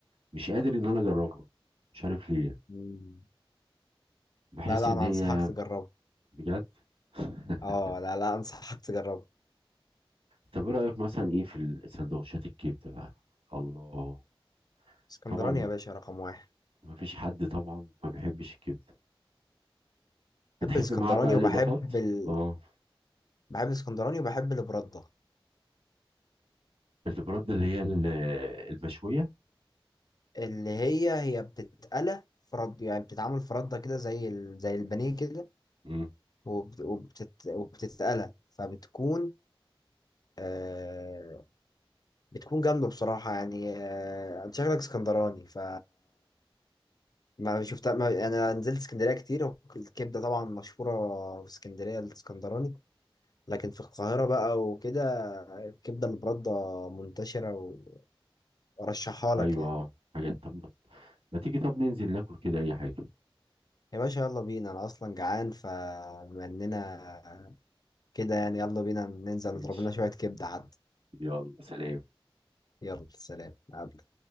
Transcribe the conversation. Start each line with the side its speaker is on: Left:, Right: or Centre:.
Right: مش قادر إن أنا أجربها مش عارف ليه
Left: مم.
Right: بحس
Left: لا لا
Right: إن
Left: أنا
Right: هي
Left: أنصحك تجربه
Right: بجد <laughs>
Left: أه لا لا أنصحك تجربه
Right: طب ايه رأيك مثلا ايه في السندوتشات الكبدة بقى الله
Left: اسكندراني
Right: طبعا ما
Left: يا باشا رقم واحد
Right: ما فيش حد طبعا ما بيحبش الكبدة بتحب
Left: بحب الاسكندراني
Right: معاه بقى الإضافات
Left: وبحب ال...
Right: اه
Left: بحب الاسكندراني وبحب البردة
Right: البرد اللي هي ال- المشوية
Left: اللي هي هي بتتقلى فرد يعني بتتعمل فرده كده زي ال... زي البانيه كده
Right: امم
Left: وبت... وبتت... وبتتقلى فبتكون آه... بتكون جامدة بصراحة يعني آه... أنت شكلك اسكندراني ف ما شفتها ما يعني انا نزلت اسكندريه كتير الكبده طبعا مشهوره في اسكندريه الاسكندراني لكن في القاهره بقى وكده الكبده البرده منتشره وارشحها لك
Right: ايوه
Left: يعني
Right: اه حاجات طب ما تيجي طب ننزل ناكل كده اي حاجة
Left: يا باشا يلا بينا انا اصلا جعان فبما اننا كده يعني يلا بينا ننزل
Right: ماشي
Left: نضرب لنا شويه كبده حتى
Right: يلا سلام
Left: يلا سلام أقابلك.